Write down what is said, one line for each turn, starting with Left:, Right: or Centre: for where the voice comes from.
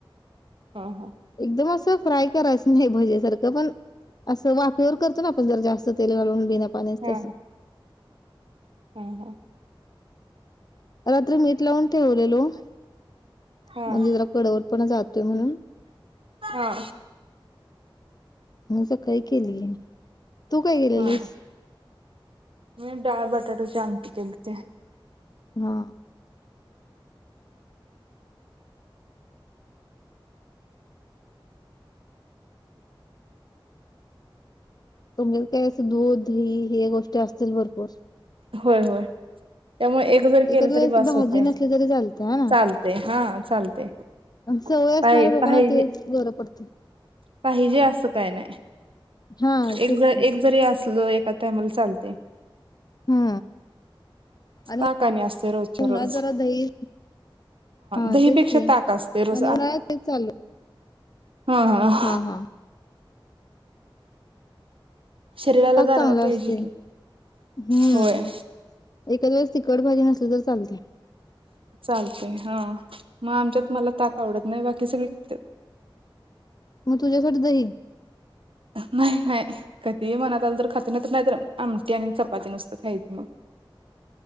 Right: ह ह
Left: एकदम असं फ्राय करायचं नाही भज्यासारखं पण असं वाफेवर करतो ना आपण जरा जास्त तेल घालून बिना पाण्याचं
Right: हा
Left: तसं
Right: हा हा
Left: रात्री मीठ लावून ठेवलेलो म्हणजे
Right: हा
Left: जरा कडवट पणा जातोय म्हणून
Right: हा
Left: मग सकाळी केलीय. तू काय केलेलीस?
Right: हा मी डाळ बटाट्याची आमटी केलती.
Left: हा तुमच्यात काय असं दूध ही हे गोष्टी असतील भरपूर.
Right: होय होय त्यामुळे एक जरी केलं
Left: एखाद वेळेस
Right: तरी बास
Left: भाजी
Right: होते
Left: नसली तरी चालते हा ना
Right: चालते हा चालते पा
Left: सवय असणाऱ्या लोकांना
Right: पाहि
Left: तेच बरं पडते
Right: पाहिजे असं काय नाही.
Left: हा
Right: एक
Left: तेच
Right: ज
Left: की
Right: एक जरी असलं एक टायमाला चालते.
Left: हा आणि
Right: ताक असते रोजच्या
Left: उन्हात
Right: रोज
Left: जरा दही हा
Right: दहीपेक्षा
Left: तेच की आणि
Right: ताक असते रोज
Left: उन्हाळ्या तेच चालू
Right: हम ह
Left: हा हा
Right: शरीराला
Left: ताक
Right: गारवा
Left: चांगलं
Right: पाहिजे
Left: असते हम्म
Right: की होय
Left: एखाद्या तिखट भाजी नसली तर चालते.
Right: चालते हा मग आमच्यात मला ताक आवडत नाही बाकी सगळी खातेत.
Left: मग तुझ्यासाठी दही
Right: नाही नाही कधी मनात आलं तर खाते नायत् नायतर तर आमटी आणि चपाती नुसतं खायची मग.